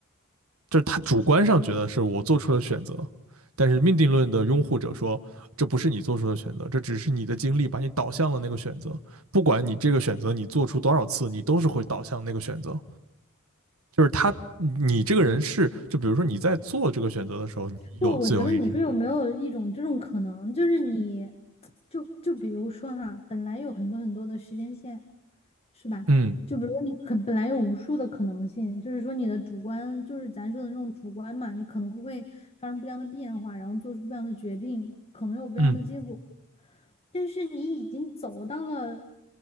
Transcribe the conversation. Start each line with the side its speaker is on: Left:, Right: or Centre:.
Right: 就是他主观上觉得是我做出了选择，但是命定论的拥护者说。这不是你做出的选择，这只是你的经历把你导向了那个选择。不管你这个选择你做出多少次，你都是会导向那个选择。就是他，你这个人是，就比如说你在做这个选择的时候，你有自由意志。
Left: 不，我觉得你说有没有一种这种可能，就是你，就就比如说哈，本来有很多很多的时间线，是吧？
Right: 嗯
Left: 就比如说你可本来有无数的可能性，就是说你的主观，就是咱说的那种主观嘛，你可能会发生不一样的变化，然后做出不一样的决定，可能有不一样的结果。
Right: 嗯
Left: 但是你已经走到了